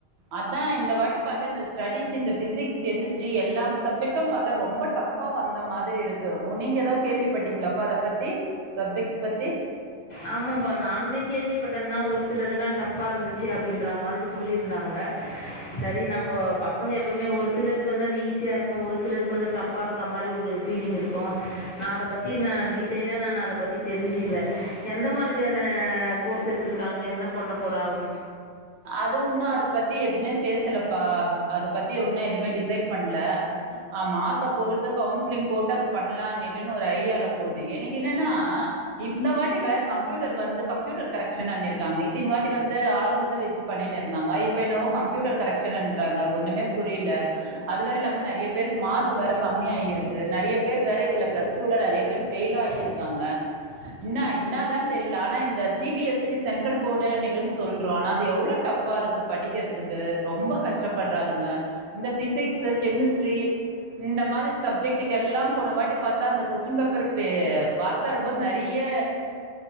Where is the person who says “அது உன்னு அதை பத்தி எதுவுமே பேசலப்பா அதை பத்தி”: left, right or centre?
Right